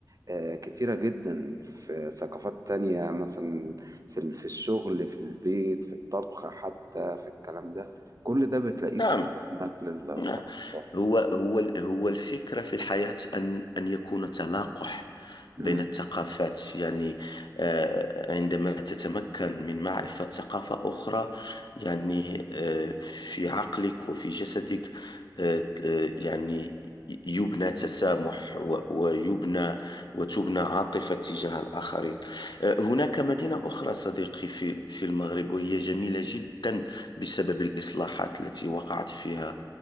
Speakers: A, on the right; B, on the left.
A: آه، كتيرة جدا في ثقافات تانية مثلا في ال- في الشغل في البيت في الطبخ حتى في الكلام ده كل ده بتلاقيه
B: نعم
A: في حتة نقل الثقافات
B: نعم. هو هو ال- هو الفكرة في الحياة أن أن يكون تلاقح
A: مم.
B: بين الثقافات يعني آه، عندما تتمكن من معرفة ثقافة أخرى يعني آه، في عقلك وفي جسدك آه، آه، يعني يبنى تسامح و- ويبنى وتبنى عاطفة تجاه الآخرين آه، هناك مدينة أخرى صديقي في في المغرب وهي جميلة جدا بسبب الإصلاحات التي وقعت فيها